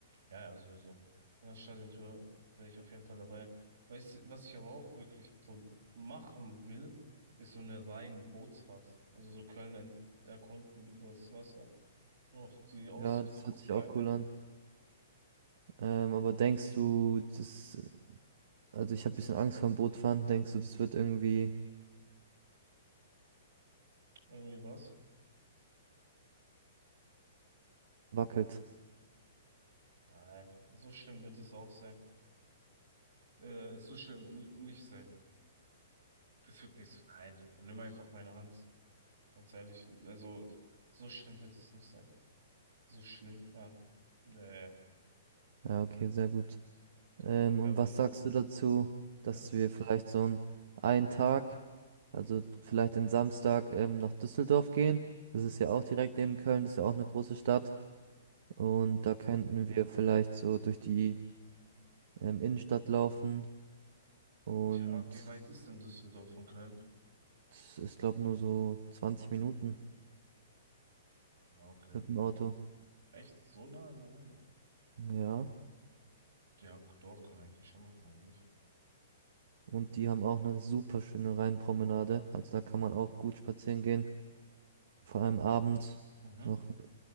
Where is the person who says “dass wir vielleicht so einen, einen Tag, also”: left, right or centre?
Right